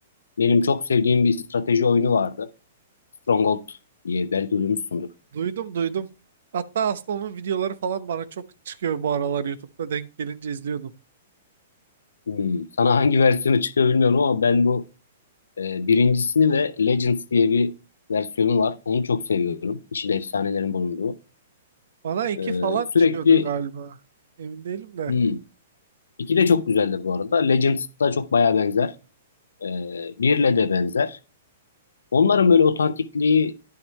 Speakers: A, on the left; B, on the right.
A: Benim çok sevdiğim bir strateji oyunu vardı. Stronghold diye belki duymuşsundur.
B: Duydum duydum. Hatta aslında onun videoları falan bana çok çıkıyor bu aralar YouTube'da denk gelince izliyordum.
A: Hmm. Sana hangi <laughs> versiyonu çıkıyor bilmiyorum ama ben bu Ee, birincisini ve Legends diye bir versiyonu var. Onu çok seviyorum. İçinde efsanelerin bulunduğu.
B: Bana iki
A: Ee,
B: falan
A: sürekli
B: çıkıyordu galiba. Emin değilim de.
A: hmm, iki de çok güzeldir bu arada. Legends da çok baya benzer. Ee, birle de benzer. Onların böyle otantikliği